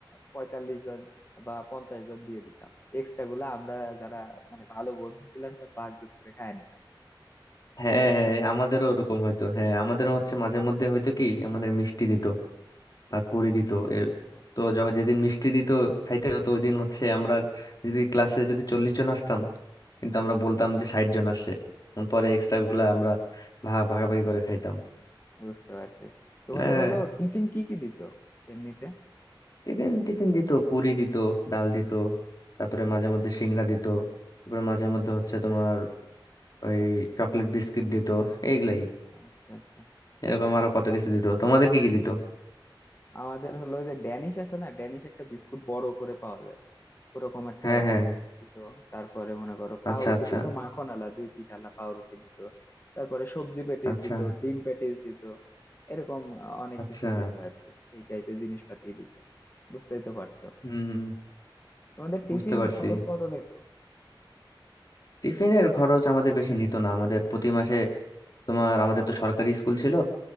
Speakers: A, on the left; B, on the left.
A: পঁয়তাল্লিশ জন বা পঞ্চাশ জন দিয়ে দিতাম এক্সট্রা গুলা আমরা যারা মানে ভালো বন্ধু ছিলাম সব ভাগযোগ করে খায় নিতাম
B: হ্যাঁ
A: বুঝতে
B: হ্যাঁ
A: পারছো
B: আমাদেরও ওরকম হইতো হ্যাঁ আমাদেরও হচ্ছে মাঝে মধ্যে হয়তো কি আমাদের মিষ্টি দিত আর পুরি দিত
A: আচ্ছা
B: এ-
A: আচ্ছা
B: তো যখন যেদিন মিষ্টি দিত খাইতে হতো ওই দিন হচ্ছে আমরা যদি ক্লাসে যদি চল্লিশ জন আসতাম কিন্তু আমরা বলতাম যে ষাট জন আসছে উম, পরে এক্সট্রা গুলা আমরা ভা- ভাগাভাগি করে খাইতাম
A: বুঝতে পারছি তোমাদের
B: হ্যাঁ
A: হলো টিফিন কি কি দিত এমনিতে
B: টিফিন টিফিন দিত পুরি দিত ডাল দিত তারপরে মাঝে মধ্যে সিংড়া দিত তারপরে মাঝে মধ্যে হচ্ছে তোমার ওই চকলেট বিস্কিট দিত এইগুলাই
A: আচ্ছা আচ্ছা
B: এরকম আরো কত কিছু দিত তোমাদের কি কি দিত
A: আমাদের হলো যে ড্যানিশ আছে না ড্যানিশ একটা বিস্কুট বড় করে পাওয়া যায় ওরকম একটা
B: হ্যাঁ হ্যাঁ
A: বিস্কুট দিত তারপরে মনে করো পাউরুটি
B: আচ্ছা আচ্ছা
A: দিত মাখন আলা দুই পিঠ আলা পাউরুটি দিত তারপরে সবজি প্যাটিস
B: আচ্ছা
A: দিত ডিম প্যাটিস দিত এরকম অনেক
B: আচ্ছা
A: কিছুই দিত আর কি এই টাইপের জিনিসপাতি দিত বুঝতেই তো পারছো
B: হুম
A: তোমাদের টিফিন
B: বুঝতে পারছি
A: খরচ কত নিত
B: টিফিনের খরচ আমাদের বেশি নিত না আমাদের প্রতি মাসে তোমার আমাদের তো সরকারি স্কুল ছিল